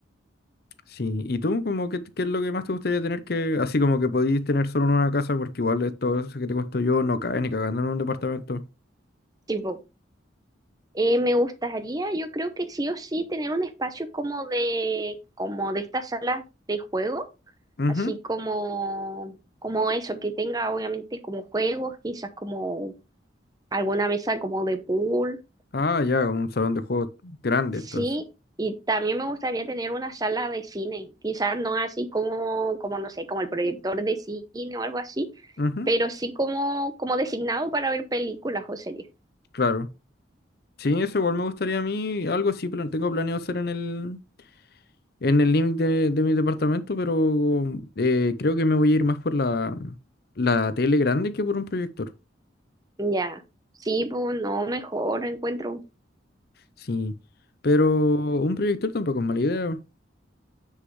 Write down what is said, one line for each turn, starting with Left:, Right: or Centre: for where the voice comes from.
Left: Sí, ¿y tú como qué, qué es lo que más te gustaría tener que, así como que podís tener solo en una casa, porque igual esto eso que te cuento yo no cae ni cagando en un departamento?
Right: Tipo, eh, me gustaría, yo creo que sí o sí, tener un espacio como de, como de esta sala de juego,
Left: Ujú.
Right: así como, como eso, que tenga obviamente como juegos, quizás como alguna mesa como de pool,
Left: Ah, ya, un salón de juegos grande,
Right: sí,
Left: entonces.
Right: y también me gustaría tener una sala de cine, quizás no así como, como no sé, como el proyector de cine o algo así,
Left: Ujú,
Right: pero sí como, como designado para ver películas o series.
Left: claro. Sí, eso igual me gustaría a mí. Algo sí plan- tengo planeado hacer en el, en el límite de, de mi departamento, pero eh, creo que me voy a ir más por la, la tele grande que por un proyector.
Right: Ya, sí, pues no, mejor encuentro.
Left: Sí. Pero un proyector tampoco es mala idea.